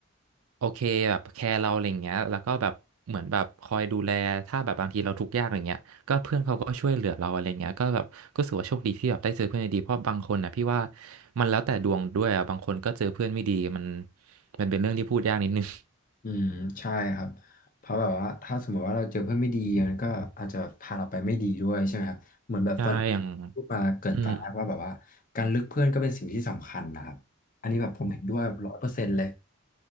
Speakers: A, on the right; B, on the left.
A: โอเคแบบแคร์เราอะไรเงี้ยแล้วก็แบบเหมือนแบบคอยดูแลถ้าแบบบางทีเราทุกข์ยากอะไรเงี้ย ก็เพื่อนเขาก็ช่วยเหลือเราอะไรเงี้ยก็แบบก็รูสว่าโชคดีที่แบบได้เจอเพื่อนดีๆเพราะบางคนนะพี่ว่ามันแล้วแต่ดวงด้วยอะบางคนก็เจอเพื่อนไม่ดีมันมันเป็นเรื่องที่พูดยากนิดนึง <laughs>
B: อืมใช่ครับเพราะแบบว่าถ้าสมมติว่าเราเจอเพื่อนไม่ดีมันก็อาจจะพาเราไปไม่ดีด้วยใช่ไหมครับเหมือนแบบตอนที่พูดมาเกริ่นตอนแรกว่าแบบว่าการเลือกเพื่อนก็เป็นสิ่งที่สำคัญนะครับอันนี้แบบผมเห็นด้วยร้อยเปอร์เซ็นต์เลย
A: ใช่อย่างอืม